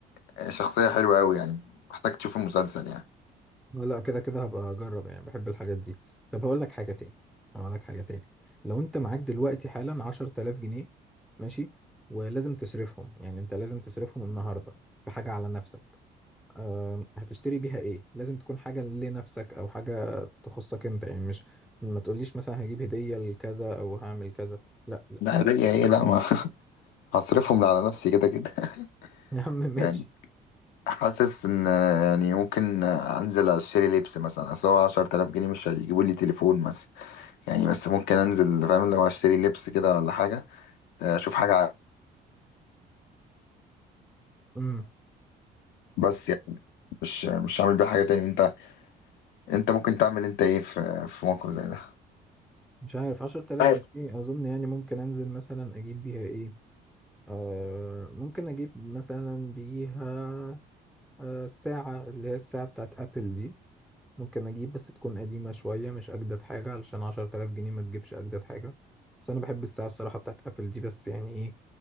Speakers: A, on the left; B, in the centre.
A: آه، شخصيه حلوه قوي يعني محتاج تشوف المسلسل يعني
B: آه، لا كده كده هبقى اجرب يعني بحب الحاجات دي طب هقول لك حاجه تاني هقول لك حاجه تاني لو انت معاك دلوقتي حالا 10000 جنيه ماشي ولازم تصرفهم يعني انت لازم تصرفهم النهارده في حاجه على نفسك أه هتشتري بيها ايه لازم تكون حاجه لنفسك او حاجه تخصك انت يعني مش ما تقوليش مثلا هجيب هديه لكذا او هعمل كذا لا لا
A: لا ليا ايه لا ما <laughs> هصرفهم على نفسي كده كده
B: يا عم
A: <laughs>
B: ماشي
A: يعني حاسس ان آه، يعني ممكن آه، انزل اشتري لبس مثلا اصل هو 10000 جنيه مش هيجيبوا لي تليفون مثلا يعني بس ممكن انزل فاهم لو اشتري لبس كده ولا حاجه اشوف حاجه ع-
B: امم
A: بس يعني مش مش هعمل بيها حاجه تاني انت انت ممكن تعمل انت ايه في في موقف زي ده
B: مش عارف 10000
A: عارف.
B: جنيه اظن يعني ممكن انزل مثلا اجيب بيها ايه آه ممكن أجيب مثلا بيها آه ساعة اللي هي الساعة بتاعت أبل دي ممكن أجيب بس تكون قديمة شوية مش أجدد حاجة علشان عشرة آلاف جنيه ما تجيبش أجدد حاجة بس أنا بحب الساعة الصراحة بتاعت أبل دي بس يعني إيه